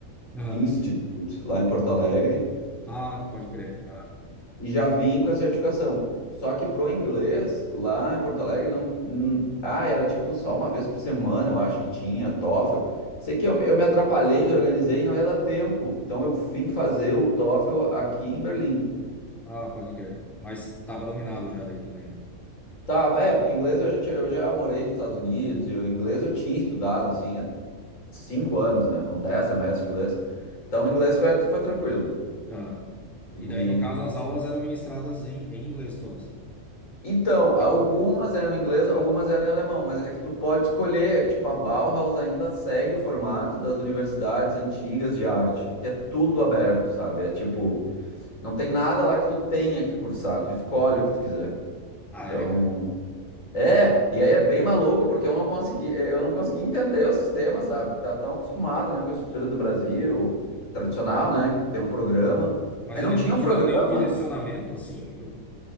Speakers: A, in the centre; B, on the left.
A: Aham.
B: Institute, lá em Porto Alegre
A: Ah, pode crer.
B: e já vim com a certificação. Só que pro inglês, lá em Porto Alegre, não. hum, Ah, era tipo só uma vez por semana, eu acho que tinha, TOEFL. Sei que eu, me- eu me atrapalhei, me organizei e não ia dar tempo. Então eu vim fazer o TOEFL aqui em Berlim.
A: Ah, pode crer. Mas estava dominado já daí também, né?
B: Tava, é, porque inglês eu já, tinha- eu já morei nos Estados Unidos e o inglês eu tinha estudado, assim, há cinco anos, né? Foram dez semestres de inglês. Então o inglês foi, foi tranquilo.
A: Aham.
B: E
A: E daí, no caso, as aulas eram ministradas em, em inglês todas.
B: Então,
A: Digo,
B: algumas
A: "Eita."
B: eram em inglês, algumas eram em alemão, mas é que tu pode escolher, é que tipo, a Bauhaus ainda segue o formato das universidades antigas de arte, que é tudo aberto, sabe? É tipo, não tem nada lá que tu tenha que cursar, tu escolhe o que tu quiser.
A: Ah,
B: Então,
A: é? cara?
B: é, e aí é bem maluco, porque eu não consegui, eh, eu não consegui entender o sistema, sabe? Tá tão acostumado, né, com a estrutura do Brasil, tradicional, né, que tem um programa.
A: Mas
B: Aí
A: eles
B: não tinha
A: não
B: um
A: te
B: programa.
A: dão nenhum direcionamento, assim? Eu-